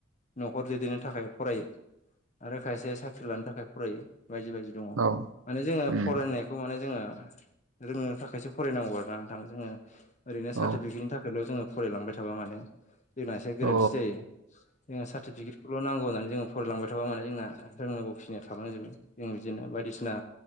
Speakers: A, on the left; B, on the right.
A: न'खर दैदेननो थाखाय फरायो आरो खायसे साख्रि लानो थाखाय फरायो बायदि बायदि दङ
B: औ
A: माने जोङो
B: उम
A: फरायनायखौ माने जोङो रोंङनो थाखायसो फरायनांगौ आर ना नोंथां जोङो ओरैनो
B: औ
A: सार्टिफिकेटनि थाखायल' जोङो फरायलांबाय थाबा माने जोंना एसे गोरोन्थि
B: औ
A: जायो जोंना सार्टिफिकेट सकल' नांगौनानै जोङो फरायलांबाय थाबा मान जोंना रोंनांगौ खिनिया थालांजोबो जों बिदिनो बायदिसिना